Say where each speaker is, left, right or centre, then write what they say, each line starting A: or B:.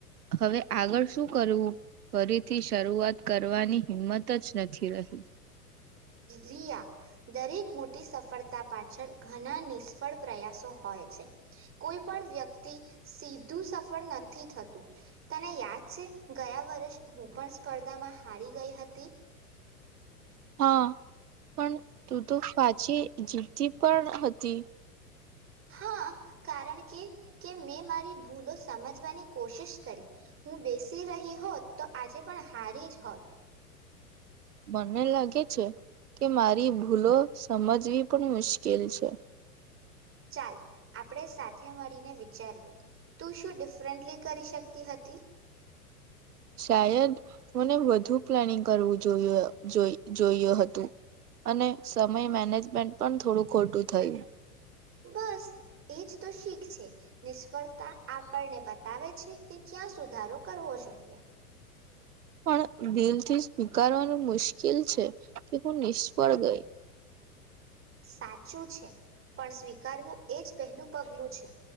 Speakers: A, on the right; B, on the right.
A: હવે આગળ શું કરવું ફરીથી શરૂઆત કરવાની હિંમત જ નથી રહી.
B: રિયા દરેક મોટી સફળતા પાછળ ઘણા નિષ્ફળ પ્રયાસો હોય છે કોઈ પણ વ્યક્તિ સીધું સફળ નથી થતું તને યાદ છે ગયા વર્ષ હું પણ સ્પર્ધામાં હારી ગઈ હતી.
A: હા પણ તું તો પાછી જીતી પણ હતી.
B: હા કારણ કે કે મેં મારી ભૂલો સમજવાની કોશિશ કરી હું બેસી રહી હોત તો આજે પણ હારી જ હોત.
A: મને લાગે છે કે મારી ભૂલો સમજવી પણ મુશ્કેલ છે
B: ચાલ આપણેે સાથે મળીને વિચારીએ તું શું ડિફરન્ટલી કરી શકતી હતી
A: શાયદ મને વધુ પ્લાનિંગ કરવું જો જોયુ જોયું હતું અને સમય મેનેજમેન્ટ પણ થોડું ખોટું થયું
B: બસ એજ તો શીખ છે નિષ્ફળતા આપણને બતાવે છે કે ક્યાં સુધારો કરવો જોઈએ
A: પણ દિલથી સ્વીકારવાનું મુશ્કેલ છે કે હું નિષ્ફળ ગઈ
B: સાચું છે પણ સ્વીકારવું એ જ પહેલું પગલું છે